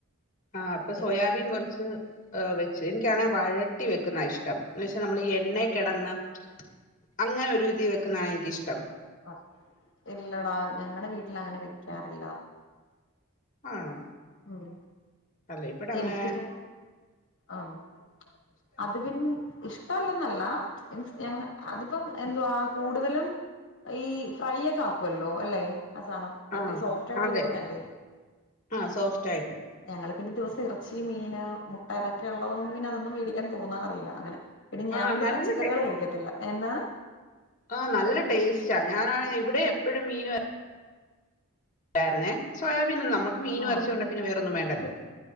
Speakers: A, on the left; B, on the left.
A: ആഹ് അപ്പൊ സോയാബീൻ
B: എനി
A: കൊറച്ച് വെച്ച് എനിക്കാണേ വഴ കൂട്ടി വെക്കുന്നാ ഇഷ്ടം എന്ന് വെച്ചാ നമ്മള് ഈ എണ്ണെ കിടന്ന് അങ്ങനെ ഒരു ഇതില് വെക്കുന്നതാണ് എനിക്ക് ഇഷ്ടം
B: ആ ഇല്ലടാ ഞങ്ങളടെ വീട്ടിൽ അങ്ങനെ വെക്കാറില്ല.
A: ആണോ?
B: ഉം
A: അല്ല ഇവിടെ അങ്ങനെ
B: എനിക്കിപ്പ ആഹ് അത് പിന്ന ഇഷ്ടല്ലന്നല്ല മീൻസ് ഞങ്ങ അതിപ്പം എന്തുവാ കൂടുതലും ഈ ഫ്രൈ ഒക്കെ ആക്കുമല്ലോ അല്ലേ? ആ സാനം മറ്റേ
A: ആഹ്
B: സോഫ്റ്റ് ആയിട്ട്
A: അതെ
B: ഇരിക്കുന്നല്ലേ?
A: ആഹ് സോഫ്റ്റ് ആയിട്ട്.
B: ഞങ്ങള് പിന്നെ ദിവസം ഇറച്ചി, മീന്, മുട്ട ഇതൊക്കെ ഉള്ളത് കൊണ്ട് പിന്നെ അതൊന്നും മേടിക്കാൻ തോന്നാറില്ല അങ്ങനെ. പിന്നെ ഞാൻ
A: ആഹ്
B: പിന്നെ
A: നല്ല
B: പച്ചക്കറികൾ
A: ടേ
B: കഴിക്കത്തില്ല, എന്താണ്?
A: ആഹ് നല്ല ടേസ്റ്റാ ഞാനാണെ ഇവിടെ എപ്പോഴും മീനും എ രുന്നേ സോയാബീൻ ഒന്നും നമ്മുക്ക് മീനും
B: ആഹ്
A: എറച്ചിയൊണ്ടേ വേറൊന്നും വേണ്ടല്ലോ